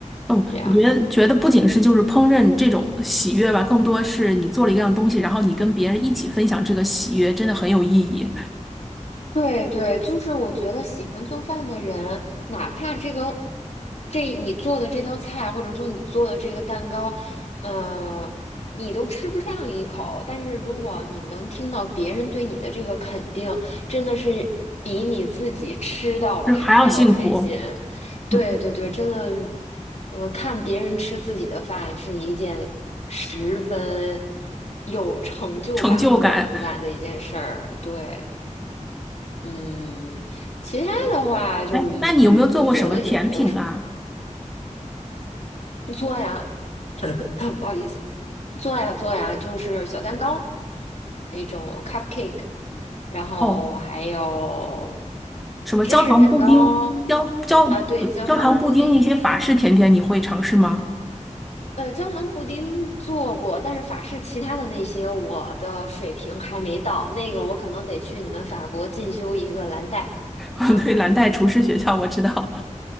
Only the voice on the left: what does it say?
这样。
对对，就是我觉得喜欢做饭的人，哪怕这个这你做的这道菜，或者说你做的这个蛋糕，呃，你都吃不上一口，但是如果你能听到别人对你的这个肯定，真的是比你自己吃到了还要开心。
对对对，
真的，嗯、看别人吃自己的饭是一件十分有成就感和满足感的一件事儿。
对。嗯，其他的话就，
嗯我觉得也没有什
么做呀，<coughs> <clears throat> 不好意思，做呀做呀，就是小蛋糕那种 cupcake，然后还有
芝士蛋糕
啊，对，焦糖布丁，
呃，焦糖布丁做过，但是法式其他的那些我的水平还没到，那个我可能得去你们法国进修一个蓝带。
啊。